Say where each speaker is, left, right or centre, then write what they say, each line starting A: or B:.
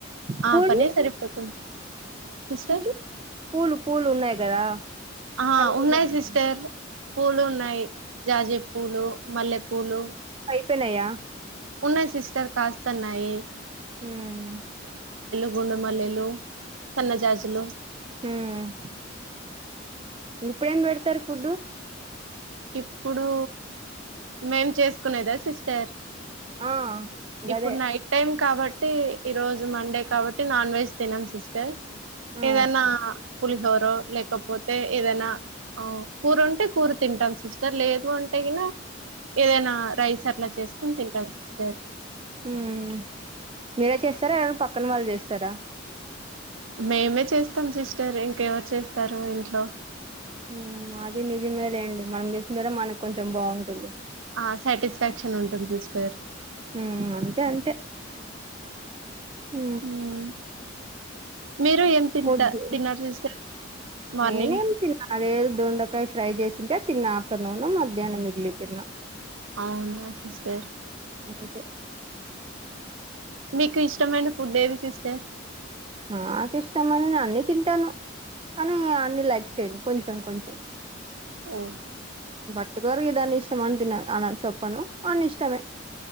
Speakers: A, on the right (about 25°); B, on the right (about 80°).
A: పూరీ
B: ఆ పనే సరిపోతుంది సిస్టర్
A: పూలు పూలు పూలు ఉన్నాయి కదా
B: ఆ
A: కనకంబరాలు
B: ఉన్నాయి సిస్టర్ పూలున్నాయి జాజీ పూలు మల్లెపూలు
A: పెనయ
B: ఉన్నయ్ సిస్టర్ కాస్తన్నయి
A: మ్మ్
B: గుండుమల్లెలు సన్నజాజులు
A: హ్మ్మ్ ఇప్పుడేం పెడతారు ఫుడ్డు
B: ఇప్పుడు మేం చేసుకునేదా సిస్టర్
A: ఆ గదే
B: ఇప్పుడు నైట్ టైమ్ కాబ ట్టి ఈరోజు మండే కాబట్టి నాన్ వెజ్ తినం సిస్టర్
A: ఆ
B: ఏదన్నా పులిహోరో లేకపోతే ఏదన్నా ఆ కూరుంటె కూర తింటాం స్ సిస్టర్ లేదు అంటే కిన ఏదైనా రైస్ అట్లా చేసుకుని తింటా సిస్టర్
A: మ్మ్ మీరే చేస్తారా ఎవరన్ పక్కన వాళ్ళు చేస్తారా
B: మేమే చేస్తాం సిస్టర్ ఇంకెవరు చేస్తారు ఇంట్లో
A: మ్మ్ అది నిజమే లేండి మనం జేస్కుంటేనే మనకొంచెం బావుంటుంది.
B: ఆ సాటిస్ఫాక్షన్ ఉంటుంది సార్
A: హ అంతే అంతే హ
B: మ్ మీరు ఏం తింటా
A: పొద్దు
B: తిన్నారు సిస్టర్ మార్నింగ్
A: నేనేం తన్నా అదే దొండకాయ ఫ్రై చేసింటే తిన్నా ఆఫ్టర్నూను మధ్యానం ఇడ్లి తిన్నా
B: అవునా సిస్టర్
A: ఉతే
B: మీకు ఇష్టమైన ఫుడ్ ఏవి సిస్టర్
A: నాకుష్టమని నే అన్నీ తింటాను కానీ అన్నీ లైక్ చేయను కొంచెం కొంచెం
B: ఓ
A: ఇప్పటి వరకు ఇ దాన్ని ఇష్టం అని తిన్నాను అ చెప్పను అన్ని ఇష్టమే